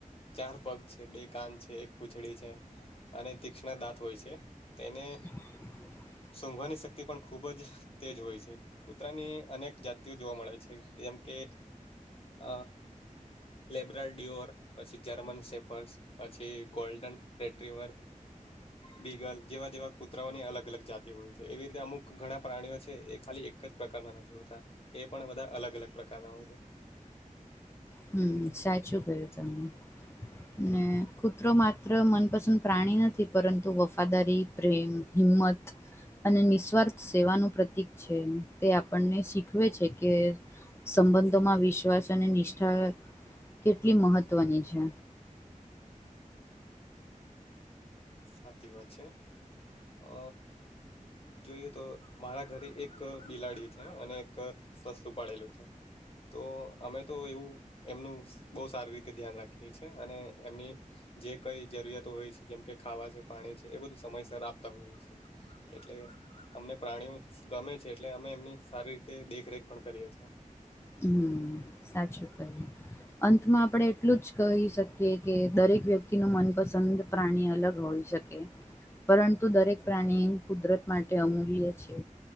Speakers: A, on the left; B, on the left.
A: ચાર પગ છે બે કાન છે એક પૂછડી છે અને તીક્ષ્ણ દાંત હોય છે તેને
B: <inaudible>
A: સોંઘવાની શક્તિ પણ ખૂબ જ તે જ હોય છે કૂતરાની અનેક જાતિઓ જોવા મળે છે જેમ કે અ લેબ્ર ડિઓર પછી જર્મન સેફર્સ પછી ગોલ્ડન રેટરીવર બીગલ જેવા જેવા કૂતરાઓની અલગ અલગ જાતિ હોય છે એવી રીતે અમુક ઘણા પ્રાણીઓ છે એ ખાલી એક જ પ્રકારના નથી હોતા એ પણ બધા અલગ અલગ પ્રકારના હોય છે
B: હમ સાચું ગયું તમને ને કૂતરો માત્ર મનપસંદ પ્રાણી નથી પરંતુ વફાદારી પ્રેમ હિમત અને નિસ્વાર્થ સેવાનું પ્રતિક છે તે આપણને શીખવે છે કે સંબંધોમાં વિશ્વાસ અને નિષ્ઠા કેટલી મહત્વની છે
A: સાચી વાત છે અ જોઈએ તો મારા ઘરે એક બિલાડી છે અને એક સસ્તું પડેલું છે. તો અમે તો એવું એમનું બહુ સારી રીતે ધ્યાન રાખીએ છીએ અને એમની જે કઈ જરૂરિયાતો હોય છે જેમ કે ખાવા છે પાણી છે એ બધું સમયસર આપતા હોઈએ છે એટલે અમને પ્રાણીઓ ગમે છે એટલે અમે એમની સારી રીતે દેખરેખ પણ કરીએ છીએ
B: હમ સાચું કહું અંતમાં આપણે એટલું જ કહી શકીએ કે દરેક વ્યક્તિ ન મનપસંદ પ્રાણી અલગ હોઈ શકે પરંતુ દરેક પ્રાણી કુદરત માટે અમૂલ્ય છે.